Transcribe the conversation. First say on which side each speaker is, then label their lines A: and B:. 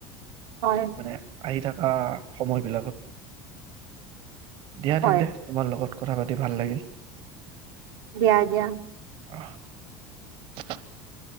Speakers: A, on the right; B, on the right.
A: হয়
B: মানে আহি থাক অহ সময় বিলাকত দিয়া তেন্তে
A: হয়
B: তোমাৰ লগত কথা পাতি ভাল লাগিল
A: দিয়া দিয়া
B: অহ